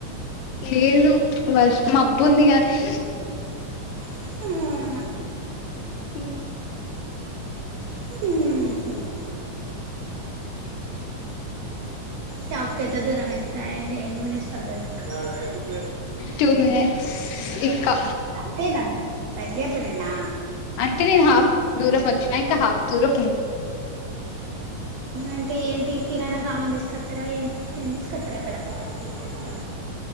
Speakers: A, on the left; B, on the right.
A: లేదు వర్షం మబ్బు ఉంది కాగానీ
B: హ
A: అ
B: హ <unintelligible> షాపు క ఎద్ద దూరం ఎంత ఎన్ని ఎన్నిమినిస్ పర్ద ఐదు ప
A: టూ మినిట్స్ ఇంకా
B: అంతే దగ్గర్ల నేనా
A: అంటే నేను హాఫ్ దూరం వచ్చిన ఇంకా హాఫ్ దూరం ఉంది
B: అంటే ఏంటి కిరాణా సామాను తీసుకొత్తరా ఏం ఏం తీసుకత్తరు అక్కడ అ